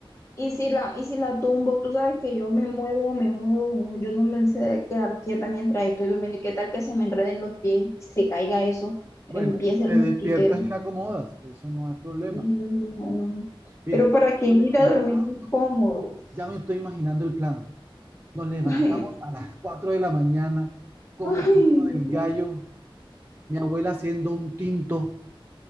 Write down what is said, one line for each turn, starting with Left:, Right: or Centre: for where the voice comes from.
Left: Y si la, y si la tumbo, tú sabes que yo me muevo, me muevo, yo no me sé quedar quieta mientras estoy durmiendo. ¿Y qué tal que se me enreden los pies, se caiga eso, empieza
Right: Bueno,
Left: el
Right: te
Left: mosquitero?
Right: despiertas y la acomodas, eso no es problema.
Left: No, no, no. no, no.
Right: Mira,
Left: Pero ¿para qué
Right: nos
Left: ir
Right: levantamos,
Left: a dormir incómodos?
Right: ya me estoy imaginando el plan. Nos levantamos
Left: <laughs>
Right: a las 4 de la mañana con
Left: Ay,
Right: el sonido del gallo,
Left: no,
Right: mi abuela haciendo un tinto